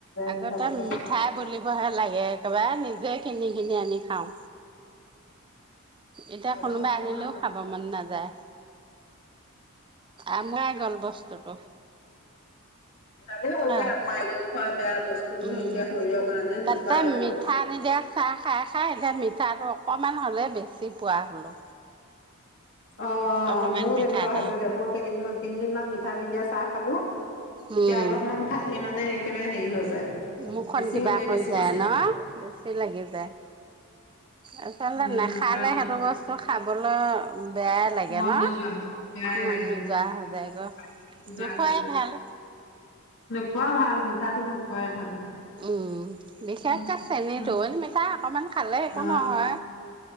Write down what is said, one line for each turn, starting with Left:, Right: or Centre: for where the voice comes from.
Right: আগতে
Left: নাথাকোতে
Right: মিঠাই বুলিবহে লাগে, একেবাৰে নি নিজে কিনি কিনি আনি খাওঁ। এতিয়া কোনোবাই
Left: হৈছিল
Right: আনিলেও
Left: নহয় তাত
Right: খাব মন নাযায়। আমুৱাই গ'ল বস্তুটো।
Left: ভালে হ'ল
Right: অ'।
Left: দে আঁতৰাই গ'ল খোৱা বেয়া বস্তুটো
Right: উম।
Left: এতিয়া শৰীৰৰ কাৰণে
Right: তাতে
Left: নোখোৱাই ভাল।
Right: মিঠা নিদিয়া চাহ খাই খাই এতিয়া মিঠাটো অকমান হ'লে বেছি <unintelligible> পোৱা হ'লো।
Left: অ'
Right: অকমান
Left: মোৰো
Right: মিঠাতে
Left: তেনেকুৱা হৈছে দে। মই কেইদিন -তিনদিনমান মিঠা নিদিয়া চাহ খালো,
Right: উম
Left: এতিয়া অলপমান খালে মানে একেবাৰে হেৰি হৈ যায়।
Right: মুখখন
Left: বেছি
Right: কিবা
Left: হ'লে
Right: হৈ
Left: বেছি
Right: যায়
Left: বেছি
Right: ন?
Left: লাগে
Right: বেছি লাগি যায়। আচলতে
Left: উম
Right: নাখালে
Left: হয় কথা
Right: সেইবোৰ বস্তু খাবলৈ বেয়াই লাগে
Left: মন
Right: ন
Left: নোযোৱা হ'ল। বেয়াই
Right: মন
Left: লাগে
Right: নোযোৱা
Left: মোৰ।
Right: হৈ যায়গৈ
Left: নোযোৱা
Right: নোখোৱাই
Left: হৈ গ'ল,
Right: ভাল
Left: নোখোৱা ভাল মিঠাটো নোখোৱাই ভাল।
Right: উম বিশেষকে
Left: উম
Right: চেনীটো,
Left: উম।
Right: এটো মিঠাই অকণমান খালে একো
Left: অ
Right: নহয়।